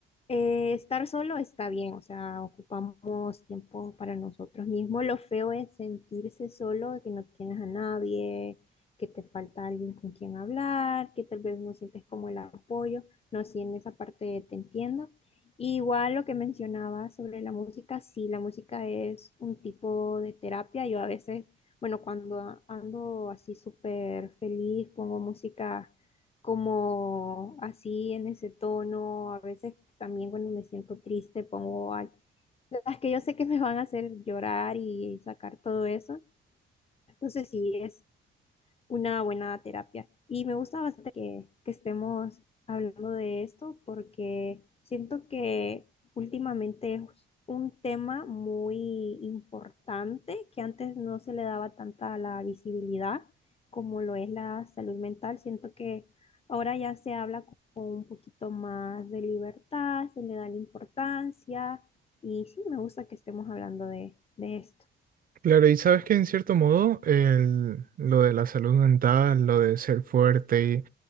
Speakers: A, on the left; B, on the right.
A: eh, estar solo está bien, o sea, ocupamos tiempo para nosotros mismos. Lo feo es sentirse solo, que no tienes a nadie, que te falta alguien con quien hablar, que tal vez no sientes como el apoyo. No, sí, en esa parte te entiendo. Igual lo que mencionabas sobre la música, sí, la música es un tipo de terapia. Yo a veces, bueno, cuando a- ando así súper feliz, pongo música como así en ese tono. A veces también cuando me siento triste pongo al- las que yo sé que me van a hacer llorar y sacar todo eso. Entonces sí, es una buena terapia. Y me gusta bastante que, que estemos hablando de esto porque siento que últimamente es un tema muy importante que antes no se le daba tanta la visibilidad como lo es la salud mental. Siento que ahora ya se habla con un poquito más de libertad, se le da la importancia y sí, me gusta que estemos hablando de, de esto.
B: Claro, y sabes que en cierto modo el- lo de la salud mental, lo de ser fuerte y